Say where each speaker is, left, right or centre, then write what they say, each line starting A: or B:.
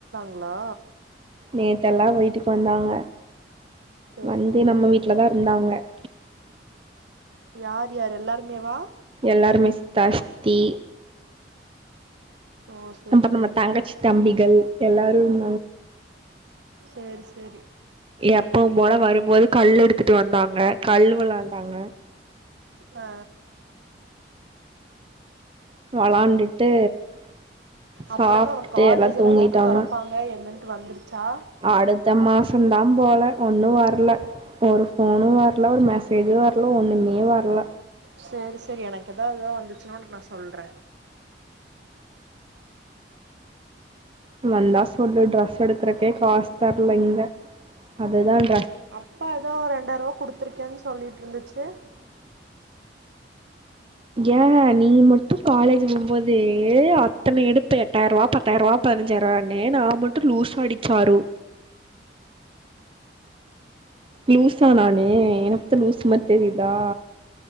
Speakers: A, on the right; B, on the right.
A: லோ
B: நேத்தெல்லா வீட்டுக்கு வந்தாங்க
A: சேரி
B: வந்து
A: சேரி
B: நம்ம வீட்டு்லதான் இருந்தாங்க <inaudible>
A: யார் யாரு எல்லாருமேவா
B: எல்லார்மே சித்தா சித்தி
A: ஓ சேரி
B: அப்புறம நம்ம
A: சேரி
B: தங்கச்சி
A: சேரி
B: தம்பிகள் எல்லாரும்
A: சேரி சேரி
B: எப்பவும் போல வரும்போது கல் எடுத்துட்டு வந்தாங்க கல் விளாண்டாங்க
A: ஆ
B: விளாண்டுட்டு சாப்புட்டு
A: அப்புற என்ன உனக்கு காலேஜ்
B: எல்லாம் தூங்கிட்டாங்க
A: எல்லா எப்ப தொறப்பாங்க என்னன்ட்டு வந்துருச்சா
B: அடுத்த மாசம்தான் போல ஒண்ணும் வர வரல ஒரு போனும் வரல ஒரு மெசேஜ்ம் வரல ஒண்ணுமே வரல
A: செரி செரி எனக்கு ஏதாவது ஏ வந்துச்சுன்ன நான் சொல்ற
B: வந்தா சொல்லு ட்ரெஸ் எடுத்துறக்கே காசு தரலைங்க அதுதான்
A: அப்பா ஏதோ ரெண்டாயிர ரூபா குடுத்துருக்கேன்னு சொல்லிட்டு இருந்துச்சு
B: ஏன் நீ மட்டும் காலேஜ் போம்போது அத்தனை எடுப்ப எட்டாயிரம் ரூபா பத்தாயிரம் ரூபா பதினஞ்சாயிரம் ரூபானு நான் மட்டும் லூசாடி சாரு லூஸா நானு என்ன பாத்த லூஸ் மாதிரி தெரியுதா